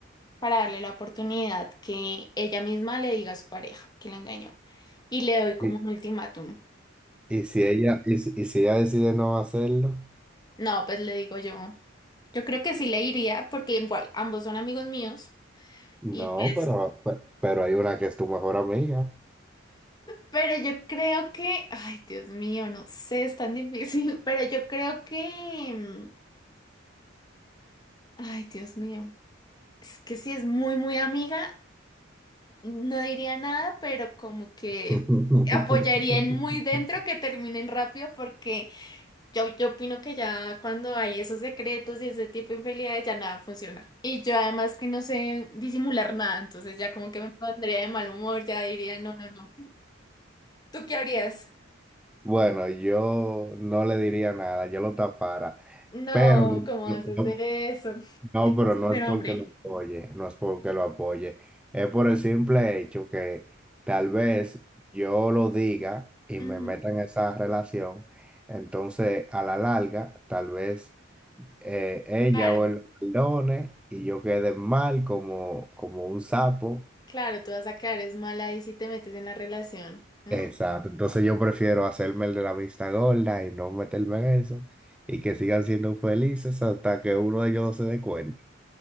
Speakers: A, on the left (about 20°); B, in the centre.
A: para darle la oportunidad que ella misma le diga a su pareja que la engañó. Y le doy como
B: Y,
A: un ultimátum.
B: y si ella, y, si y si ella decide no hacerlo,
A: No, pues le digo yo. Yo creo que sí le iría, porque igual ambos son amigos míos. Y
B: no,
A: pues,
B: pero, pe- pero hay una que es tu mejor amiga.
A: pero yo creo que, ay, Dios mío, no sé, es tan difícil, <laughs> pero yo creo que, mm, ay, Dios mío, es que si es muy, muy amiga, no diría nada, pero como que
B: <laughs>
A: apoyaría en muy dentro que terminen rápido, porque Yo, yo opino que ya cuando hay esos secretos y ese tipo de infidelidades ya nada funciona. Y yo además que no sé disimular nada, entonces ya como que me pondría de mal humor, ya diría, no, no, no. ¿Tú qué harías?
B: Bueno, yo no le diría nada, yo lo tapara,
A: No,
B: pero no,
A: ¿cómo vas a hacer
B: no-
A: eso?
B: no, pero no
A: Pero
B: es porque
A: hombre,
B: lo apoye, no es porque lo apoye, es por el simple hecho que tal vez yo lo diga y
A: ujú,
B: me meta en esa relación, entonces a la larga tal vez eh, ella
A: Claro,
B: o él lo perdone y yo quede mal como, como un sapo.
A: claro, tú vas a quedar es mala ahí si te metes en la relación. Mm,
B: Exacto, entonces yo prefiero hacerme el de la vista gorda y no meterme en eso y que sigan siendo felices hasta que uno de ellos no se dé cuenta.